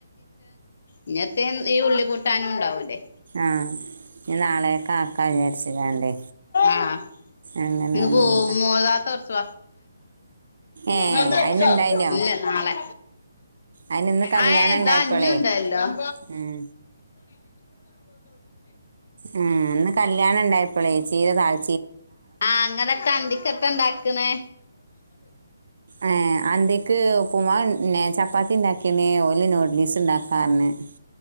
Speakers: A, on the left; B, on the right.
A: ഇങ്ങത്തെ ഈ ഉള്ളി കൂട്ടാനും ഉണ്ടാവൂലേ
B: ആഇനി നാളെയെ കാക്ക വിചാരിച്ച വണ്ടേ
A: ആഹ്
B: അങ്ങന
A: ഇന്ന്
B: വന്നതാ
A: പോകാത്ത കൊറച്ച് ഇല്ല
B: ഏ അതിനുണ്ടായിനോ
A: നാളെ
B: അതിനിന്ന് കല്യാണം
A: ആതാ
B: ഉണ്ടായപ്പോളേ
A: അഞ്ഞുണ്ടല്ലോലണ്ട്
B: ഉം ഉ അന്ന് കല്യാണം ഇണ്ടായപ്പോളെ ചീര താഴ്
A: ആ അങ്ങടൊക്കെ അന്തിക്കക്കെ ഇണ്ടാക്കണേ
B: ആ അന്തേക്ക് ഉപ്പ്‌ മാവ് പ്പ <unintelligible> ഉണ്ടാക്കിയനേ ഒഓലി <unintelligible> നൂഡിൽസ് ഉണ്ടാക്കാറ <unintelligible>